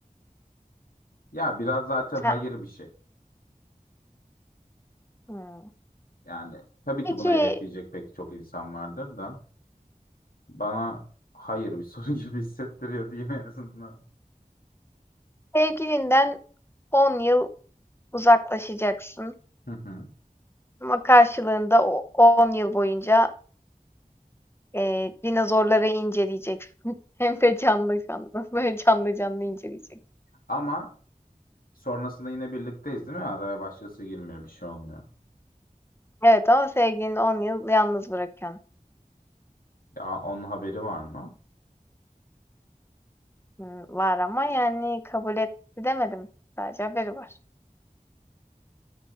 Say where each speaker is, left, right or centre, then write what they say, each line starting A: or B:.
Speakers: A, on the left (about 75°); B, on the left (about 15°).
A: Ya biraz zaten hayır
B: Ha,
A: bir şey.
B: hmm.
A: Yani tabii
B: Peki
A: ki buna evet diyecek pek çok insan vardır da bana hayır bir soru <laughs> gibi hissettiriyor diyeyim en azından.
B: sevgilinden 10 yıl uzaklaşacaksın
A: Hı hı.
B: ama karşılığında o 10 yıl boyunca Eee, dinozorları inceleyeceksin. <laughs> Hem de canlı canlı. <laughs> Böyle canlı canlı inceleyeceksin.
A: Ama sonrasında yine birlikteyiz değil mi? Araya başkası girmiyor, bir şey olmuyor.
B: Evet ama sevgilini 10 yıl yalnız bırakıyorsun.
A: Ya onun haberi var mı?
B: Hmm, Var ama yani kabul etti demedim. Sadece haberi var.